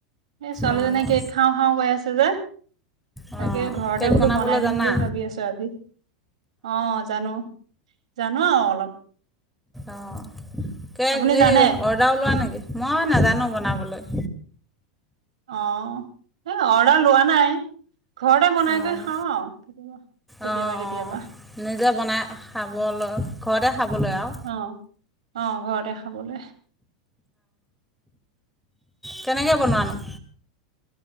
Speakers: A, on the right (about 85°); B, in the centre.
A: এই ছোৱালীজনী
B: অ'
A: কেক খাওঁ, খাওঁ কৈ আছে যে,
B: অ'
A: তাকে ঘৰতে
B: কেক
A: বোলো
B: বনাবলৈ
A: বনাই দিম
B: জানা
A: বুলি ভাবি আছোঁ আজি, অ', জানো, জানো আৰু অলপ।
B: অ' কেক
A: আপুনি জানে
B: এই অৰ্ডাৰয়ো লোৱা নেকি? মই নাজানোঁ বনাবলৈ।
A: অ', এই অৰ্ডাৰ লোৱা নাই। ঘৰতে বনাই
B: অঁ
A: কৰি খাওঁ আৰু কেতিয়াবা, কেতিয়াবা,
B: অঁ অঁ
A: কেতিয়াবা,
B: নিজে বনাই খাবলৈ ঘৰতে খাবলৈ আৰু
A: অ', অ', ঘৰতে খাবলৈ।
B: কেনেকে বনোৱানো?